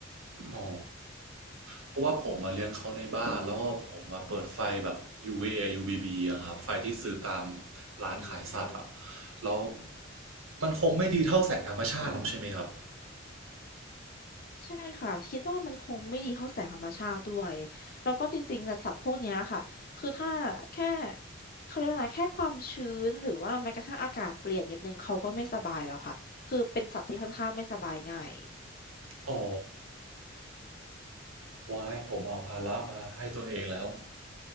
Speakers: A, on the right; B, on the left.
A: อ๋อ เพราะว่าผมมาเลี้ยงเขาในบ้านแล้วก็ผมมาเปิดไฟแบบ UVA UVB อยูวีบีอะครับไฟที่ซื้อตามร้านขายสัตว์อะ
B: อืม
A: แล้วมันคงไม่ดีเท่าแสงธรรมชาติหรอกใช่ไหมครับ
B: ใช่ค่ะคิดว่ามันคงไม่ดีเท่าแสงธรรมชาติด้วยแล้วก็จริงๆนะสัตว์พวกเนี้ยค่ะคือถ้าแค่เขาเรียกว่าไงแค่ความชื้นหรือว่าแม้กระทั่งอากาศเปลี่ยนนิดนึงเขาก็ไม่สบายแล้วค่ะคือเป็นสัตว์ที่ค่อนข้างไม่สบายง่าย
A: อ๋อ ว้ายผมเอาภาระมาให้ตัวเองแล้ว